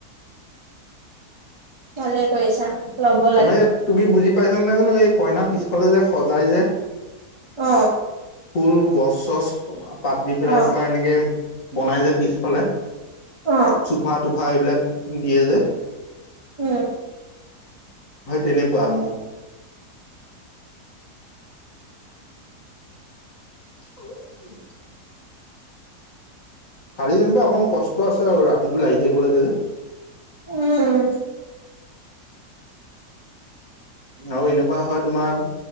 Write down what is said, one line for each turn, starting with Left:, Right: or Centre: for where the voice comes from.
Right: ভালেই কৰিছা। ল'ব লাগে
Left: তাৰমানে এই তুমি বুজি পাইছানে জানো, এই কইনা পিছফালে যে সজাই যে?
Right: অঁ।
Left: ফুল, গছ-চছ, পাত দি পেলাই
Right: অ
Left: তোমাৰ এনেকে বনাই যে পিছফালে।
Right: অঁ।
Left: চোফা-টোফা এইবিলাক দিয়ে যে
Right: উম।
Left: হয় তেনেকুৱা মোৰ। হয় নেকি। খালি যেনিবা অকণ কষ্ট আছে আৰু ৰাতিটো লাগি থাকিব লাগে যে।
Right: উম'
Left: আৰু এনেকুৱা হয় তোমাৰ,